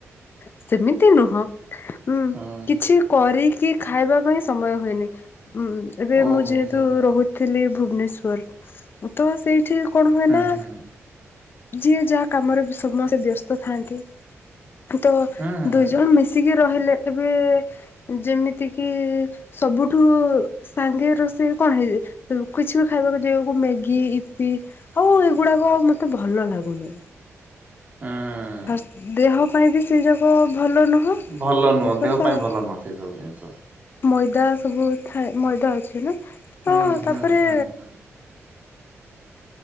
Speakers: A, on the left (about 45°); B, on the right (about 35°).
A: ସେମିତି ନୁହଁ ଉଁ
B: ହଁ
A: କିଛି କରି କି ଖାଇବା ପାଇଁ ସମୟ ହୁଏନି। ଉଁ ଏବେ
B: ଓହୋ
A: ମୁଁ ଯେହେତୁ
B: ହୋ ହୋ
A: ରହୁଥିଲି ଭୁବନେଶ୍ ଶ୍ୱର୍ ତ ସେଇଠି କଣ ହୁଏ
B: ହୁଁ
A: ନା
B: ହୁଁ
A: ଯିଏ ଯା କାମରେ ସମସ୍ତେ ବ୍ୟସ୍ତ ଥାନ୍ତି। ତ
B: ହୁଁ ହୁଁ
A: ଦୁଇ ଜଣ ମିଶିକି ରହିଲେ ଏବେ ଯେମିତି କିି ସବୁଠୁ ସାଙ୍ଗେ ରୋଷେଇ କଣ ହେଇ କିଛି ବି ଖାଇବାକୁ ଦିଅକୁ ମ୍ୟାଗି ଇପି ଆଉ ଏଗୁଡାକ ଆଉ ମତେ ଭଲ ଲାଗ ଲାଗୁନି।
B: ହୁଁ।
A: ଫାସ୍ ଦେହ ପାଇଁ ବି ସେଇ ଯାକ ଭଲ ନୁହଁ।
B: ଭଲ ନୁହଁ
A: ଉପାସ
B: ଦେହ ପାଇଁ
A: ଆଉ
B: ଭଲ ନୁହଁ ସେ ସବୁ ଜିନିଷ।
A: ମଇଦା ସବୁ ଥାଏ ମଇଦା ଅଛି ନା
B: ହୁଁ
A: ତ ତାପରେ
B: ହୁଁ ହୁଁ ହୁଁ